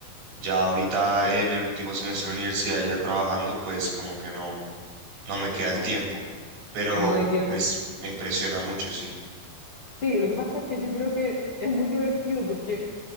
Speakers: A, on the right; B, on the left.
A: ya ahorita en el último semestre de la universidad y ya trabajando, pues como que no no me queda el tiempo, pero
B: No hay tiempo.
A: pues me impresiona mucho, sí.
B: Sí, lo que pasa es que yo creo que es muy divertido porque